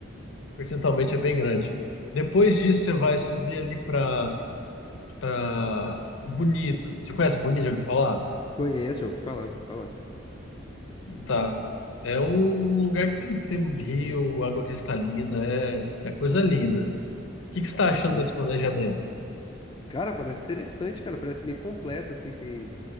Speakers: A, on the left (about 70°); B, on the left (about 25°).
A: percentualmente é bem grande. Depois disso, você vai subir ali para para Bonito. Você conhece Bonito, já ouviu falar?
B: Conheço, já ouvi falar, já ouvi falar.
A: Tá. É um lugar que tem, tem rio, água cristalina, é, é coisa linda. O que, que você está achando
B: Uhum.
A: desse planejamento?
B: Cara, parece interessante, cara. Parece bem completo, assim. Tem,